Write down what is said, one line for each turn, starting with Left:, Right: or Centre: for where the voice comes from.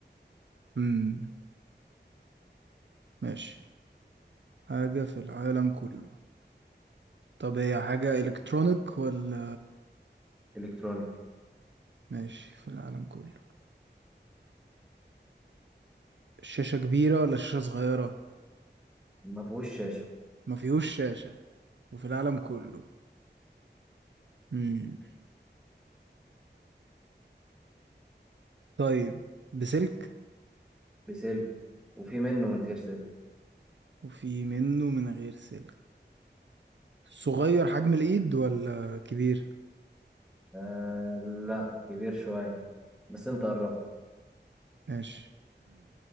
Right: امم ماشي حاجه في العالم كله طب هي حاجه الكترونيك ولا
Centre: الكترونيك
Right: ماشي في العالم كله الشاشه كبيره ولا الشاشه صغيره
Centre: ما فيهوش شاشة
Right: ما فيهوش شاشه وفي العالم كله امم طيب بسلك
Centre: بسلك وفي منه من غير سلك
Right: وفي منه من غير سلك صغير حجم الايد ولا كبير
Centre: آه لا كبير شوية بس انت قربت
Right: ماشي